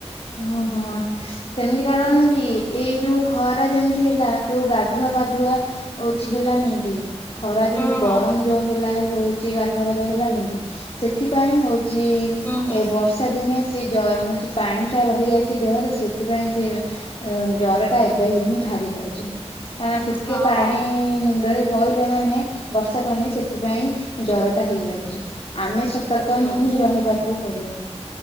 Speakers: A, on the left; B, on the left.
A: ଓ ହୋଁ ସେମିତି କାରଣ
B: ହଁ।
A: କି ଏଇ ଯୋଉ ଖରା ଯେମିତି ହେଲା ଯୋଉ ଗାଧୁଆ ପାଧୁଆ ଅଉଛି ହେଲାନି କେହି ଖରା ଯୋଉ
B: ହଁ ହଁ
A: ଗରମ
B: ହଁ
A: ଯୋଉ ହେଲା ହଉଛି ଗାଧୁଆବାଧା ହେଲାନି କି ସେଥିପାଇଁ ହଉ ଛି
B: ହୁଁ ହୁଁ
A: ଏ ବର୍ଷା ଦିନିଆ ସେ ଜରମ ହଉଛି ପାଣି ହେଇଯାଇଛି ଦେହରେ ସେଥିପାଇଁ ସେ ଜରଟା ଏବେ ହିଁ ବାହାରି ଯାଉଛି। ହଁ ଟିକେ
B: ହଁ।
A: ପାଣି ମୁଣ୍ଡରେ ପଇଲେ ମାନେ ବର୍ଷା ପାଣି ସେଥିପାଇଁ
B: ହୁଁ
A: ଜରଟା ହେଇଯାଉଛି ଆମେ ସତର୍କ ହିଁ
B: ହୁଁ
A: ହିଁ ରହିବାକୁ ପଡିବ।